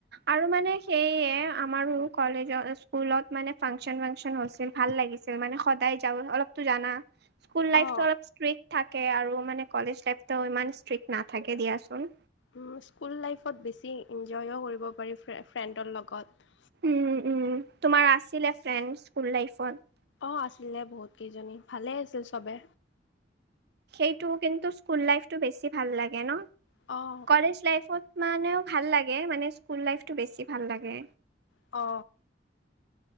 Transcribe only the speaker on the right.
আৰু মানে সেইয়ে আমাৰ কলেজত স্কুলত মানে ফাংচন ফাংচন হৈছিল ভাল লাগিছিল মানে সদায় যাও অলপতো জানা স্কুল লাইফটো
অলপ ষ্ট্ৰিক্ট থাকে আৰু মানে কলেজ লাইফটো ইমান ষ্ট্ৰিক্ট নাথাকে দিয়াচোন
উম উ তোমাৰ আছিলে ফ্ৰেণ্ড স্কুল লাইফত
সেইটো কিন্তু স্কুল লাইফটো বেছি ভাল লাগে ন
কলেজ লাইফত মানেও ভাল লাগে মানে স্কুল লাইফটো বেছি ভাল লাগে